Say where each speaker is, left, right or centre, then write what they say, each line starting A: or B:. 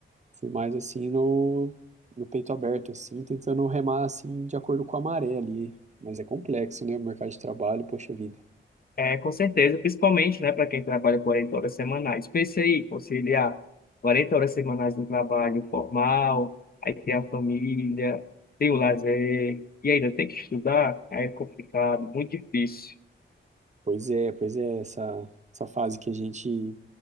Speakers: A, on the right; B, on the left.
A: Fui mais assim no, no peito aberto assim, tentando remar assim de acordo com a maré ali, mas é complexo, né, o mercado de trabalho, poxa vida.
B: É, com certeza, principalmente, né, para quem trabalha 40 horas semanais. Pense aí, conciliar 40 horas semanais no trabalho formal, aí tem a família, tem o lazer, e ainda tem que estudar, aí é complicado, muito difícil.
A: Pois é, pois é, essa essa fase que a gente